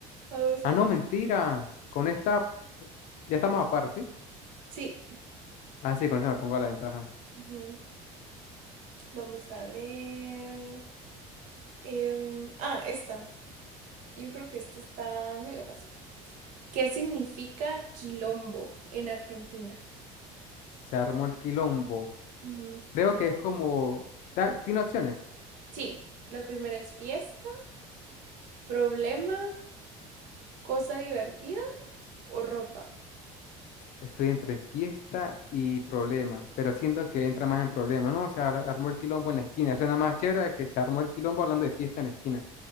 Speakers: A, on the right; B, on the left.
A: Vamos
B: Ah,
A: a
B: no,
A: ver.
B: mentira. Con esta eh, ya estamos a par, ¿sí?
A: Sí.
B: Ah, sí, con esta me pongo a la ventaja.
A: Ujú. Vamos a ver. Em, ah, esta. Yo creo que este está medio fácil. ¿Qué significa quilombo en Argentina?
B: Se armó el quilombo.
A: Ujú.
B: Creo que es como... da- tiene opciones.
A: Sí, la primera es fiesta, problema, cosa divertida o ropa.
B: Estoy entre fiesta y problema, pero siento que entra más en problema, ¿no? Se ar- armó el quilombo en la esquina. Suena más chévere que se armó el quilombo hablando de fiesta en la esquina.